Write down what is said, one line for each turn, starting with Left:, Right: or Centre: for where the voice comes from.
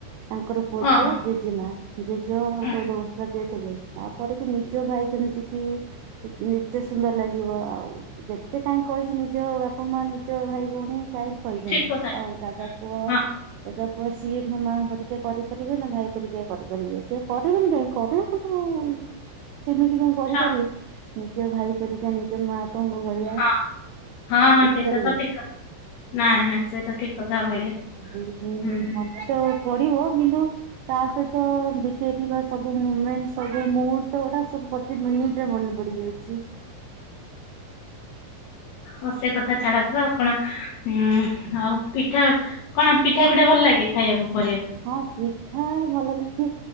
Right: ତାଙ୍କର ପୁଅ,
Left: ଓହୋ
Right: ଝିଅ, ଜେ ଜେମା ଜେଜ
Left: ଉଁ
Right: ଚଉଦ ବର୍ଷଟତିଏ ଥିଲେ ତାପରେ ବି ନିଜ ଭାଇ ଯେମିତି କି <unintelligible> ଏତେ ସୁନ୍ଦର ଲାଗିବ ଆଉ ଯେତେ କାହିଁ କହିଛି ନିଜ ବାପ ମା ନିଜ ଭାଇ ପୁଣି କାହିଁକି କହିଛନ୍ତି?
Left: ଠିକ କଥା
Right: ଆଉ ଦାଦା ପୁଅ
Left: ହଁ
Right: ଦାଦା ପୁଅ ସିଏ ମୋ ମାଆଙ୍କ ପରିକା କରିପାରିବେ ନା, ଭାଇ ପରିକା କରିପାରିବେ, ସିଏ କରିବେନି କାଇଁ କରିବା ସେମିତି କଣ ସେମିତି କଣ କରିପାରିବେ
Left: ହଁ
Right: ନିଜ ଭାଇ ପରିକା ନିଜ ମା ପଙ୍ଗୁ ଭଳିଆ
Left: ଠ- ହଁ ହଁ
Right: ଦେଖିପାରିବେ।
Left: ସେଇଟା ତ ଠିକ କଥା ନାଇଁ ନାଇଁ ସେଟା ଠିକ। କଥା କହିଲେ।
Right: <unintelligible>
Left: ହୁଁ
Right: ମନେ ତ ପଡିବ କିନ୍ତୁ ତା ସହିତ ବିତେଇ ଥିବା ସବୁ ମୁମେଣ୍ଟ ସବୁ ମୁହୂର୍ତ୍ତ ଗୁଡା ସବୁ ପ୍ରତି ମିନିଟ ସିଏ ମନେ ପଡିି ଯାଉଛି। <inaudible>
Left: ହ ସେ କଥା ଛାଡନ୍ତୁ, ଆପଣ ଉଁ ଆଉ ପିଠା କଣ ପିଠା ପିଠା ଭଲ ଲାଗେ ଖାଇବାକୁ କରିବାକୁ?
Right: ହଁ ପିଠା ଭଲ ଲାଗେ